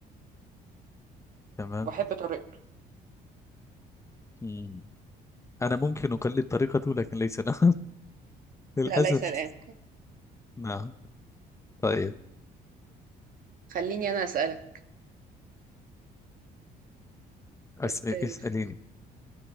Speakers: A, on the left; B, on the right.
A: تمام
B: وبحب طريقته
A: مم. أنا ممكن أقلد طريقته لكن ليس أنا <laughs> للأسف
B: لا ليس الآن
A: نعم طيب
B: خليني أنا أسألك
A: أس...
B: في التاريخ
A: اسأليني